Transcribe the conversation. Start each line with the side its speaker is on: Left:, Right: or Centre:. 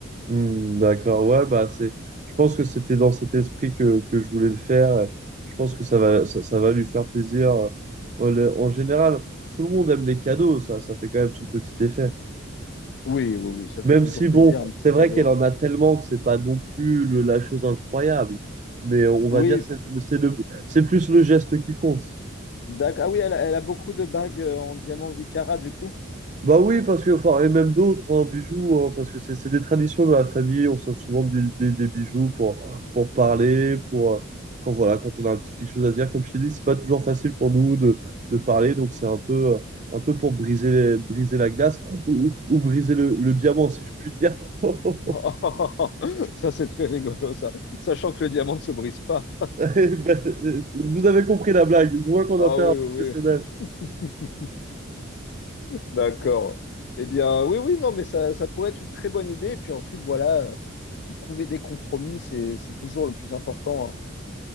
Right: Hmm, d'accord. Ouais, bah c'est. Je pense que c'était dans cet esprit que, que je voulais le faire. Je pense que ça va, ça, ça va lui faire plaisir. Voilà, En général, tout le monde aime les cadeaux. Ça, ça fait quand même son petit effet.
Left: Oui, oui, oui, ça
Right: Même
Left: fait toujours
Right: si, bon,
Left: plaisir, un petit
Right: c'est vrai
Left: cadeau.
Right: qu'elle en a tellement que c'est pas non plus le- la chose incroyable. Mais on
Left: Oui,
Right: va dire c'est c'est le, c'est plus le geste qui compte.
Left: d'accord. Ah oui, elle, a elle a beaucoup de bagues euh, en diamant 8 carats, du coup.
Right: Bah oui, parce que, enfin, et même d'autres, hein, bijoux, hein, parce que c'est c'est des traditions de la famille, on s'offre souvent des, des, des bijoux pour, pour parler, pour, euh, quand voilà, quand on a un petit quelque chose à dire, comme je t'ai dit, c'est pas toujours facile pour nous de, de parler, donc c'est un peu, euh, un peu pour briser, briser la glace ou, ou briser le, le diamant, si je puis dire. <laughs>
Left: <laughs> ça, c'est très rigolo, ça. Sachant que le diamant ne se brise pas.
Right: <laughs> Eh ben, Vous avez compris la blague. Je vois qu'on
Left: Ah
Right: a fait un
Left: oui, oui,
Right: professionnel.
Left: oui. <laughs> D'accord. Eh bien, oui, oui, non, mais ça, ça pourrait être une très bonne idée. Et puis ensuite, voilà, euh, trouver des compromis, c'est, c'est toujours le plus important. hein.